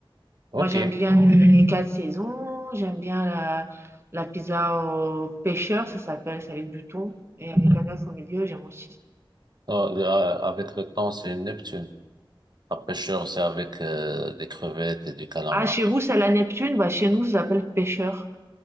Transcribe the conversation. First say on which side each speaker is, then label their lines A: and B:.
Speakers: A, on the right (about 50°); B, on the right (about 30°).
A: OK.
B: Moi, j'aime
A: Ouais.
B: bien les Mhm. quatre saisons. J'aime bien la, la pizza au pêcheur, ça s'appelle, c'est avec du thon et avec un œuf au milieu, j'aime aussi.
A: Euh, le- euh, avec le temps, c'est une Neptune. La pêcheur, c'est avec euh, des crevettes et du calamar.
B: Ah, chez vous, c'est la Neptune, bah chez nous, ça s'appelle pêcheur.